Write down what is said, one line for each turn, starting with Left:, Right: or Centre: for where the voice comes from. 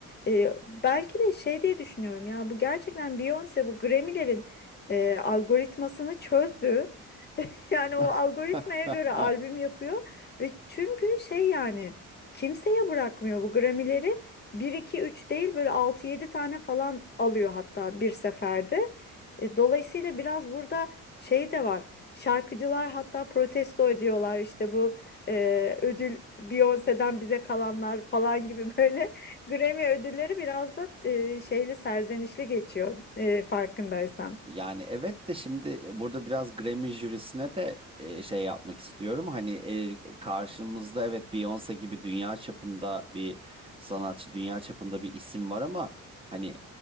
Left: Ee, belki de şey diye düşünüyorum ya bu gerçekten Beyoncé bu Grammy'lerin e, algoritmasını çözdü. <laughs> Yani
Right: <laughs>
Left: o algoritmaya göre albüm
Right: <laughs>
Left: yapıyor ve çünkü şey yani kimseye bırakmıyor bu Grammy'leri. bir 2 3 değil böyle 6 7 tane falan alıyor hatta bir seferde. E, dolayısıyla biraz burada şey de var. Şarkıcılar hatta protesto ediyorlar işte bu e, ödül Beyoncé'den bize kalanlar falan gibi böyle <laughs> Grammy ödülleri biraz da e, şeyli serzenişli geçiyor e, farkındaysan.
Right: Yani evet de şimdi e, burada biraz Grammy jürisine de e, şey yapmak istiyorum. Hani e, karşımızda evet Beyoncé gibi dünya çapında bir sanatçı, dünya çapında bir isim var ama hani